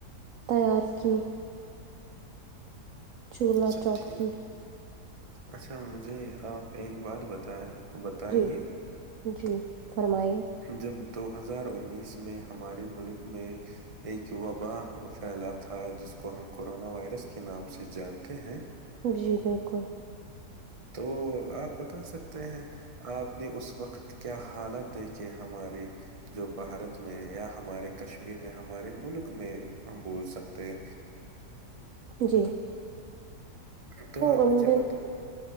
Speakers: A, on the right; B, on the right.
A: تیار کی چولہا
B: اچھا
A: چوکی
B: ٹھیک اچھا مجھے آپ ایک بات بتایا بتائیے
A: جی جی فرمائیے
B: جب دو ہزار انیس میں ہمارے ملک میں ایک وبا پھیلا تھا جس کو ہم کورونا وائرس کے نام سے جانتے ہیں
A: جی بالکل
B: تو آپ بتا سکتے ہیں آپ نے اس وقت کیا حالت دیکھ کہ ہمارے جو بھارت میں یا ہمارے کشمیر میں ہمارے ملک میں ہم بول سکتے ہیں
A: جی
B: تو آپ
A: ان
B: مجھے
A: دن
B: بت